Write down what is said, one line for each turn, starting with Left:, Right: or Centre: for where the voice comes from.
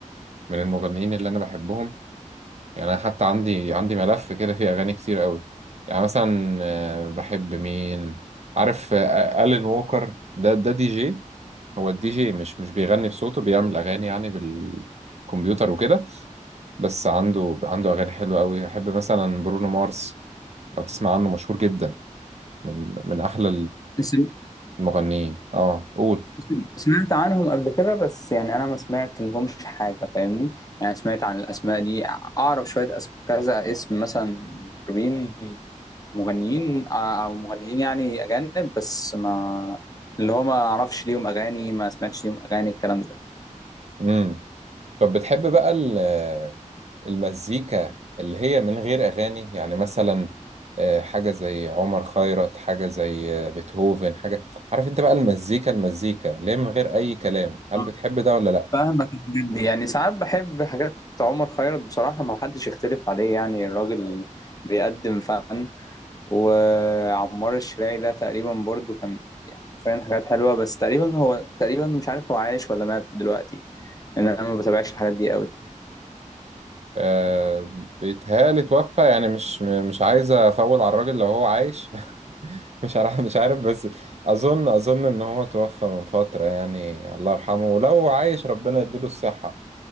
Right: من المغنيين اللي انا بحبهم يعني انا حتى عندي عندي ملف كده فيه اغاني كتير قوي يعني مثلا آه، بحب مين عارف آه، ألين ووكر ده ده دي جي هو الدي جي مش مش بيغني بصوته بيعمل اغاني يعني بالكمبيوتر وكده بس عنده عنده اغاني حلوة قوي احب مثلا برونو مارس لو تسمع عنه مشهور جدا من من احلى
Left: سم-
Right: المغنيين اه قول
Left: سم- سمعت عنهم قبل كده بس يعني انا ما سمعت لهمش حاجة فاهمني يعني سمعت عن الاسماء دي اعرف شوية أسم... كذا اسم مثلا مطربين مغنيين آه، او مغنيين يعني اجانب بس ما اللي هو ما اعرفش ليهم اغاني ما سمعتش ليهم اغاني الكلام ده
Right: مم. طب بتحب بقى ال- المزيكا اللي هي من غير أغاني يعني مثلا آه، حاجة زي عمر خيرت حاجة زي آه، بيتهوفن حاجة عارف انت بقى المزيكا المزيكا اللي هي من غير أي كلام هل
Left: اه
Right: بتحب ده ولا لأ؟
Left: فاهمك الحاجات دي يعني ساعات بحب حاجات عمر خيرت بصراحة ما حدش يختلف عليه يعني الراجل بيقدم فن وعمار الشراعي ده تقريبا برضو كان يعني حرفيا حاجات حلوة بس تقريبا هو تقريبا مش عارف هو عايش ولا مات دلوقتي لأن أنا ما بتابعش الحاجات دي قوي
Right: أه بيتهيألي توفى يعني مش م- مش عايز أفول على الراجل لو هو عايش <laughs> مش عارف مش عارف بس أظن أظن إن هو توفى من فترة يعني الله يرحمه ولو عايش ربنا يديله الصحة